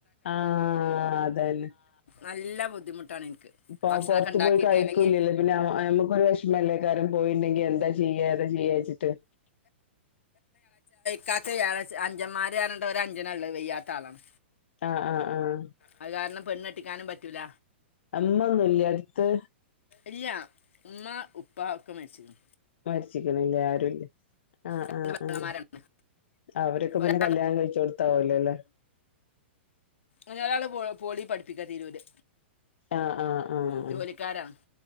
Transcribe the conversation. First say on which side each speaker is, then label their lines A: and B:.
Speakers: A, on the left; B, on the left.
A: ആഹ് അതന്നെ
B: നല്ല ബുദ്ധിമുട്ടാണ് എനിക്ക്
A: ഇപ്പോ
B: ഭക്ഷണമൊക്കെ
A: പൊറത്ത്
B: ഉണ്ടാക്കിയിട്ട്
A: പോയി കഴിക്കൂല്ലല്ലേ
B: അല്ലെങ്കിൽ
A: പിന്നെ നമുക്കൊരു വിഷമല്ലേ കാരൻ പോയിണ്ടെങ്കി എന്തായ ജീയാ ഏതാ ജീയച്ചിട്ട്
B: കാത്ത വ്യാഴാഴ്ച അഞ്ചന്മാര് <unintelligible> ഒരു അഞ്ചിനള്ള വെയ്യാത്ത ആളാണ്
A: ആഹ് ആഹ് ആഹ്
B: അത് കാരണം പെണ്ണെട്ടിക്കാനും പറ്റൂല
A: അമ്മ ഒന്നുവില്ലേ അടുത്ത്
B: ഇല്ല ഉമ്മ ഉപ്പ ഒക്കെ മരിച്ച്ക്ക് ണ്
A: മരിച്ചിക്കണില്ലേ ആരുവില്ല ആഹ്
B: രണ്ട്
A: ആഹ്
B: പെങ്ങന്മാരാണ്
A: ആഹ് അവരൊക്കെ പിന്നെ
B: ഒരാ-
A: കല്യാണം കഴിച്ചോടുത്താവല്ലോല്ലേ
B: ഒരാള് പോ പോളി പഠിപ്പിക്കാ തീരുര്
A: ആഹ് ആഹ് ആഹ്
B: ജോലിക്കാരാ